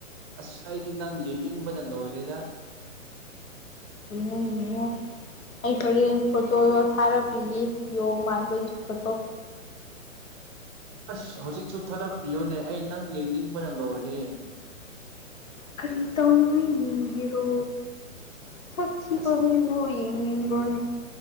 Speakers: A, on the right; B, on the left.
A: ꯑꯁ ꯑꯩꯗꯤ ꯅꯪ ꯌꯦꯡꯅꯤꯡꯕꯅ ꯂꯣꯏꯔꯦꯗ꯫
B: ꯌꯦꯡꯉꯣ ꯌꯦꯡꯉꯣ꯫ ꯑꯩ ꯍꯣꯔꯦꯟ ꯐꯣꯇꯣꯗꯣ ꯊꯥꯔꯛꯄꯤꯒꯦ ꯌꯣꯡ ꯃꯥꯟꯕꯒꯤ ꯐꯣꯇꯣ꯫
A: ꯑꯁ ꯍꯧꯖꯤꯛꯁꯨ ꯊꯥꯔꯛꯄꯤꯌꯨꯅꯦ ꯑꯩ ꯅꯪ ꯌꯦꯡꯅꯤꯡꯕꯅ ꯂꯣꯏꯔꯦ꯫
B: ꯀꯔꯤ ꯇꯧꯅꯤꯡꯉꯥꯏ ꯌꯦꯡꯒꯦꯔꯣ ꯁꯛ ꯊꯤꯕ
A: ꯑꯁ
B: <unintelligible> ꯕꯨ ꯌꯦꯡꯅꯤꯡꯕ꯭ꯔꯣꯅꯦ꯫